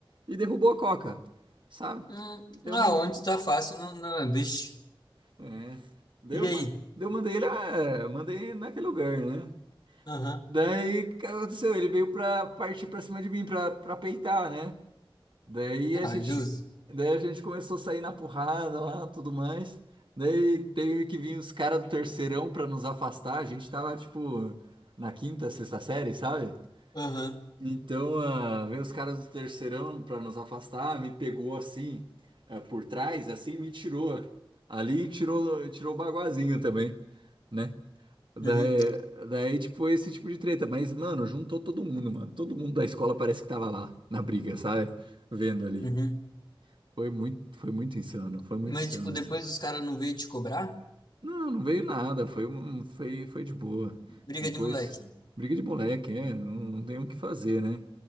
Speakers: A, on the right; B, on the left.
A: e derrubou a coca, sabe?
B: Hum,
A: Deu
B: Ah,
A: man...
B: onde tá fácil, não, não, é, bicho.
A: é. Daí
B: E
A: eu
B: aí?
A: man- daí eu mandei ele, ah, é, mandei naquele lugar, né?
B: Aham.
A: Daí o que aconteceu? Ele veio pra partir pra cima de mim pra, pra peitar, né? Daí
B: Ah,
A: a gente,
B: é justo.
A: daí a gente começou a sair na porrada lá, tudo mais. Daí teve que vir os caras do terceirão pra nos afastar. A gente tava, tipo, na quinta, sexta série, sabe?
B: Aham.
A: Então, ah, veio os caras do terceirão pra nos afastar, me pegou assim, ah, por trás, assim, me tirou. Ali e tirou, tirou o baguazinho também, né? Daí,
B: Uhum.
A: daí, tipo, esse tipo de treta. Mas, mano, juntou todo mundo, mano. Todo mundo da escola parece que tava lá, na briga, sabe? Vendo ali.
B: Uhum.
A: Foi muito, foi muito insano, foi muito
B: Mas,
A: insano
B: tipo, depois
A: essa.
B: os caras não veio te cobrar?
A: Não, não veio nada, foi, um- foi, foi de boa.
B: Briga
A: Depois,
B: de moleque.
A: briga de moleque, é, não, não tem o que fazer, né?